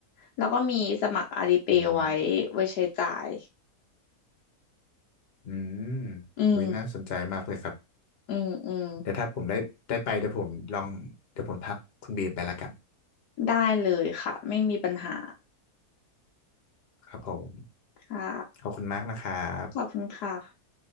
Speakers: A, on the left (about 85°); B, on the left (about 45°).
A: แล้วก็มีสมัครอาลีเปย์ไว้ไว้ใช้จ่าย
B: อืมอืม
A: อืม
B: วิน่าสนใจมากเลยครับ
A: อืมอืม
B: แต่ถ้าผมได้ได้ไปเดี๋ยวผมลองเดี๋ยวผมทักคุณบีมไปละกัน
A: ได้เลยค่ะไม่มีปัญหา
B: ครับผม
A: ค่ะ
B: ขอบคุณมากนะครับ
A: ขอบคุณค่ะ